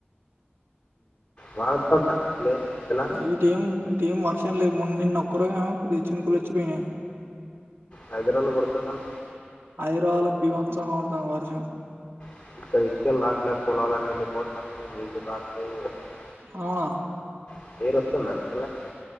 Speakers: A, on the left; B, on the right.
A: బాగా వస్తుందా లే ఇలా
B: ఈటెఏం ఈటెఏం వర్షం లేవ్ మొ నిన్న ఒక్కరోజుమో కొద్దిగా చిినకులోచ్చినయే
A: హైదరాబాద్ కొడుతుంటాను
B: అయిదురాబాద్ ల బిబా త్సంగా పడుతంది వర్షం
A: <unintelligible>
B: అవునా
A: <unintelligible>